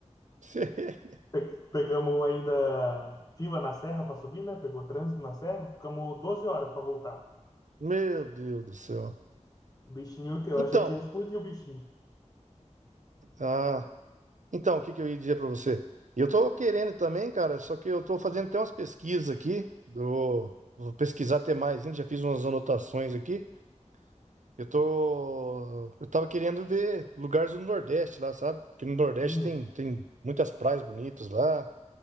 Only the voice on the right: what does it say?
<laughs>
Meu Deus do céu.
Então,
ah, então, o que que eu ia dizer pra você? Eu tô querendo também, cara, só que eu tô fazendo até umas pesquisas aqui, do, vou pesquisar até mais, ainda já fiz umas anotações aqui. Eu tô. Eu tava querendo ver lugares do Nordeste lá, sabe? Porque no Nordeste
tem, tem muitas praias bonitas lá,